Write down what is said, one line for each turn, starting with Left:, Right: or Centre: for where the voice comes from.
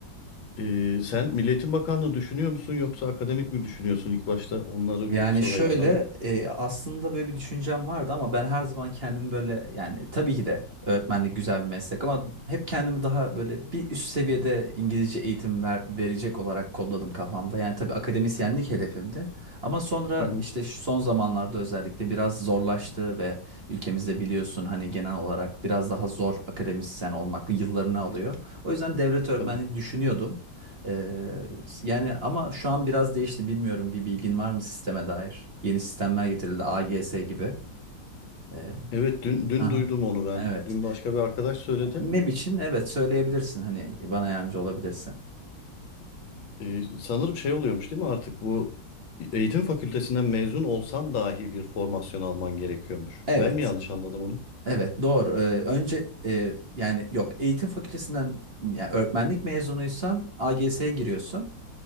Left: E, sen Milli Eğitim Bakanlığı düşünüyor musun yoksa akademik mi düşünüyorsun ilk başta? Onları
Right: Yani
Left: bir sorayım
Right: şöyle
Left: sana.
Right: e, aslında böyle bir düşüncem vardı ama ben her zaman kendimi böyle yani tabii ki de öğretmenlik güzel bir meslek ama hep kendimi daha böyle bir üst seviyede İngilizce eğitim ver- verecek olarak kodladım kafamda. Yani tabii akademisyenlik hedefimdi ama sonra
Left: Hı hı,
Right: işte şu son zamanlarda özellikle biraz zorlaştı ve ülkemizde biliyorsun hani genel olarak biraz daha zor akademisyen olmak yıllarını alıyor. O yüzden devlet öğretmenliği
Left: tabii.
Right: düşünüyordum. Ee, yani ama şu an biraz değişti bilmiyorum bir bilgin var mı sisteme dair? Yeni sistemler getirildi AGS gibi. Ee,
Left: Evet dün, dün
Right: aha,
Left: duydum onu ben.
Right: evet.
Left: Dün başka bir arkadaş söyledi.
Right: MEB için evet söyleyebilirsin hani bana yardımcı olabilirsin.
Left: E, sanırım şey oluyormuş değil mi artık bu eğitim fakültesinden mezun olsan dahi bir formasyon alman gerekiyormuş.
Right: Evet.
Left: Ben mi yanlış anladım onu?
Right: Evet doğru. Ee, önce e, yani yok eğitim fakültesinden yani öğretmenlik mezunuysan AGS'ye giriyorsun.